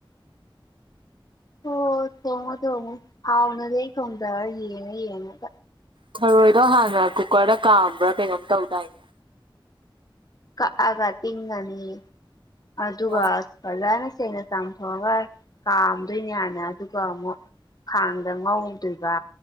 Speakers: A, on the left; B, on the right.
A: ꯑꯣ ꯊꯣꯡꯉꯣ ꯊꯣꯡꯉꯣ ꯍꯥꯎꯥꯅꯍꯛ ꯊꯣꯡꯗꯔꯥ ꯌꯦꯡꯉꯥ ꯌꯦꯡꯉꯥꯒꯥ
B: ꯊꯔꯣꯏꯗꯣ ꯍꯥꯟꯅ ꯀꯨꯀꯔꯗ ꯀꯥꯝꯕ꯭ꯔꯥ ꯀꯩꯅꯣꯝ ꯇꯧꯗꯥꯏꯅꯦ
A: ꯀꯛꯑꯒ ꯇꯤꯡꯉꯥꯅꯤ ꯑꯗꯨꯒ
B: ꯑ
A: ꯐꯥꯖꯅ ꯁꯦꯡꯅ ꯆꯥꯝꯊꯣꯛꯑꯒ ꯀꯥꯝꯗꯣꯏꯅꯦ ꯍꯥꯟꯅ ꯑꯗꯨꯒ ꯑꯃꯨꯛ ꯈꯥꯡꯗ ꯉꯧꯗꯣꯏꯕ